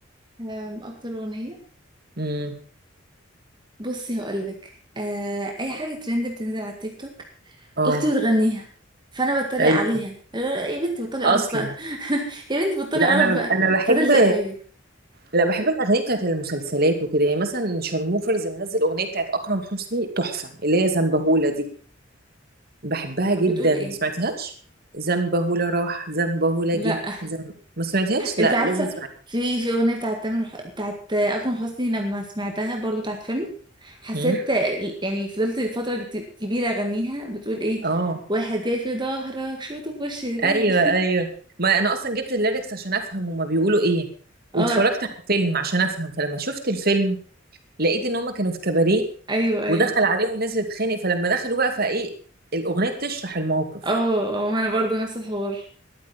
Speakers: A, on the right (about 25°); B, on the right (about 50°).
A: أم... اكتر اغنيه
B: امم
A: بصي هقولك أه... اي حاجه ترند بتنزل على التيك توك
B: اه
A: اختي بتغنيها فانا بتريق
B: ايوه
A: عليها يا بنتي بطلي
B: اصلا
A: قرف بقى <laughs> يا بنتي بطلي
B: لا انا
A: قرف بقى
B: انا بحب
A: فتلزق فيا
B: لا بحب الاغاني بتاعت المسلسلات وكده يعني مثلا شارموفرز منزل اغنيه بتاعت اكرم حسني تحفه اللي هي زنبهولة دي بحبها جدا
A: طب بتقول ايه
B: سمعتهاش زنبهولة راح زنبهولة
A: لا
B: جه زنب... ما سمعتهاش لا
A: انت عارفه
B: لازم تسمعيها
A: في في اغنيه بتاعت تامر ح- بتاعت اكرم حسني لما سمعتها برضو بتاعت فيلم حسيت
B: أمم.
A: يعني فضلت فتره كت- كبيره اغنيها بتقول ايه
B: اه
A: واحد جاي في ظهرك شوطه بوش رجلك
B: ايوه ايوه ما انا اصلا جبت الليركس عشان افهم هما بيقولوا ايه
A: <laughs> اه
B: واتفرجت على الفيلم عشان افهم فلما شفت الفيلم لقيت ان هما كانوا في كباريه
A: ايوه ايوه
B: ودخل عليهم ناس تتخانق فلما دخلوا بقى فايه الاغنيه بتشرح الموقف
A: اه اه ما انا برضو نفس الحوار